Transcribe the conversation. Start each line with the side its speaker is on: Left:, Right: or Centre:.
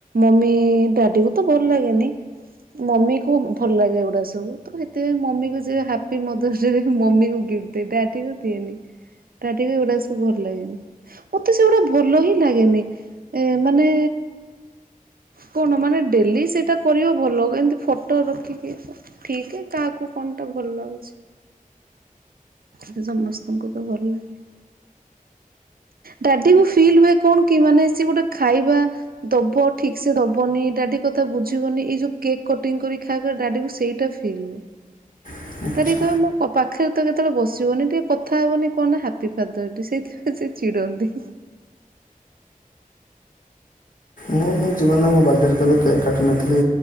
Right: ମମି ଡାଡି କୁ ତ ଭଲ ଲାଗେନି। ମମିକୁ ଭଲ ଲାଗେ ଏଗୁଡ଼ା ସବୁ ତ ସେଥିପାଇଁ ମମିକୁ ଯିଏ ହାପି ମଦର୍ସ ଯିଏ ଯିଏ ସବୁ ମମି କୁ ଗିଫ୍ଟ ଦିଏ ଡାଡି କୁ ଦିଏନି ଡାଡି କୁ ଏଗୁଡା ସବୁ ଭଲ ଲାଗେନି। ମତେ ସେଗୁଡା ଭଲ ହିଁ ଲାଗେନି ଏ ମାନେ। କଣ ମାନେ ଡେଲି ସେଇଟା କରିବ ଭଲ ଏମିତି ଫଟୋ ରଖିକି। ଠିକ୍ କାହାକୁ କଣ ଟା ଭଲ ଲାଗୁଛି। ଏଟା ସମସ୍ତଙ୍କୁ ତ ଭଲ ଲାଗେ। ଡାଡି କୁ ଫିଲ୍ ହୁଏ କଣ କି ମାନେ ସେ ଗୋଟେ ଖାଇବା। ଦବ ଠିକ ସେ ଦବନି ଡାଡି କଥା ବୁଝିବନି ଏଇ ଯୋଉ କେକ୍ କଟିଂ କରି ଖାଇବା ଡାଡି କୁ ସେଇ। ଟା ଫିଲ୍ ହୁଏ।
Left: ହୁଁ ଆଚ୍ଛା।
Right: ଡାଡି କହିବେ ମୋ ପ ପାଖରେ ତ କେତେବେଳେ ବସିବନି ଟିକେ କଥା ହେବନି କଣ ନା ହାପି ଫାର୍ଦରସ ଡେ ସେଇଥିପାଇଁ ସେ ଚିଡ଼ନ୍ତି।
Left: ମୁଁ ମୋ ଜୀବନରେ ମୋ ବାଡେ ରେ କେବେ କେକ୍ କାଟି ନଥିଲି